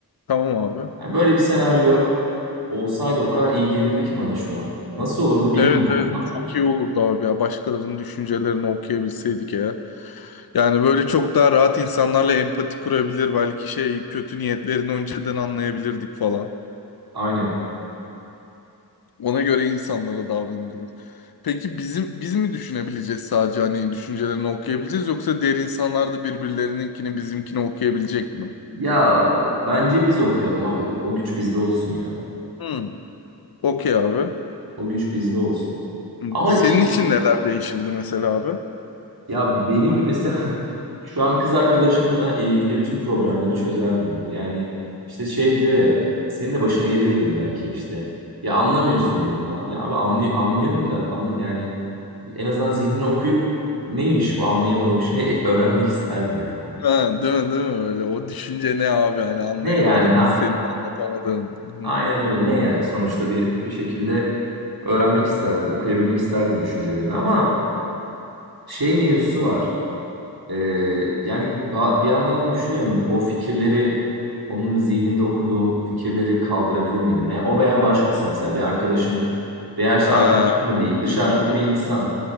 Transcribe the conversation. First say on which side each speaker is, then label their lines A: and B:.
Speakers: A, on the left; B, on the right.
A: tamam abi.
B: Yani böyle bir senaryo olsaydı o kadar iyi gelirdi ki bana şu an. Nasıl olurdu bilmiyorum
A: Evet evet
B: ama
A: çok iyi olurdu abi ya. Başkalarının düşüncelerini okuyabilseydik ya. Yani böyle çok daha rahat insanlarla empati kurabilir. Belki şey kötü niyetlerini önceden anlayabilirdik falan.
B: aynen.
A: Ona göre insanlara davranırdık. Peki bizim biz mi düşünebileceğiz sadece hani düşüncelerini okuyabileceğiz yoksa diğer insanlar da birbirlerininkini bizimkini okuyabilecek mi?
B: Ya bence biz okuyalım abi. O güç bizde olsun ya.
A: Hmm. Okey abi.
B: O güç bizde olsun.
A: Hmm.
B: Ama
A: Senin
B: işte
A: için
B: bi-
A: neler değişirdi mesela abi?
B: ya benim mesela <laughs> şu an kız arkadaşımla ilgili bütün problemleri çözerdim gibi. Yani işte şey diyor ya senin de başına geliyordur illaki işte. Ya anlamıyorsun beni falan. Ya abi anlı anlıyorum da anla yani en azından zihnini okuyup neymiş bu anlayamadığım şey <laughs> öğrenmek isterdim yani.
A: Ha, değil mi değil mi öyle? O düşünce ne abi hani anlayamadığımız,
B: Ne yani ha?
A: senin anlatamadığın. hı
B: Aynen öyle. Ne yani? Sonuçta bir bir şekilde öğrenmek isterdim, okuyabilmek isterdim düşüncelerini ama şey mevzusu var. Ee, yani ba- bir yandan da düşünüyorum o fikirleri onun zihninde okuduğum fikirleri kaldırabilir miydim? Veya o veya başkası mesela bir arkadaşım veya işte
A: Ha,
B: arkadaşım da değil dışarıdaki
A: üzücü de
B: bir
A: olur.
B: insan.